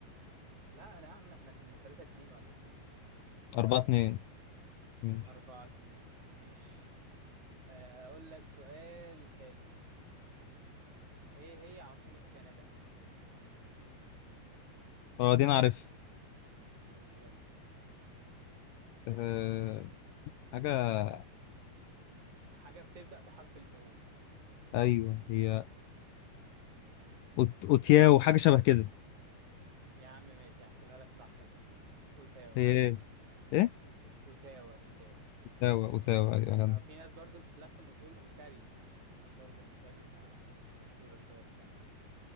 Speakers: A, on the right; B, on the left.
A: لا لا يا عم احنا كنا تلاتة اتنين ولا حاجة
B: أربعة اتنين ماشي
A: أربعة اتنين مش آه هقول لك سؤال حلو إيه هي عاصمة كندا؟
B: اه دي انا عارف
A: قول يلا
B: أه حاجة
A: حاجة بتبدأ بحرف الأو
B: ايوه هي أوت- اوتياو حاجة شبه كده
A: يا عم ماشي هحسبها لك صح برضه أوتاوا
B: هي ايه ايه
A: أوتاوا أوتاوا
B: اوتاوا اوتاوا ايوه
A: آه
B: يعني.
A: في ناس برضه بتتلخفن إنه تقول أونتاريو عشان برضه أونتاريو ما مشهورة شوية في كندا